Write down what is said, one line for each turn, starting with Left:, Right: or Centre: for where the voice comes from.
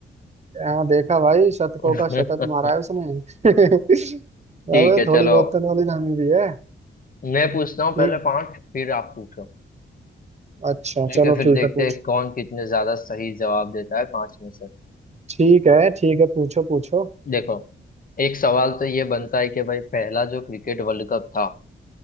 Right: हाँ देखा भाई शतकों
Left: <laughs>
Right: का शतक मारा है उसने <laughs>
Left: ठीक
Right: अबे
Left: है
Right: थोड़ी
Left: चलो
Right: बहुत तो नॉलेज हमें भी है
Left: मैं पूछता हूँ पहले
Right: ठीक
Left: पांच फिर आप पूछो
Right: अच्छा
Left: ठीक
Right: चलो
Left: है फिर
Right: ठीक
Left: देखते
Right: है पूछ
Left: हैं कौन कितने ज्यादा सही जवाब देता है पांच में से
Right: ठीक है ठीक है पूछो पूछो
Left: देखो एक सवाल तो ये बनता है कि भाई पहला जो क्रिकेट वर्ल्ड कप था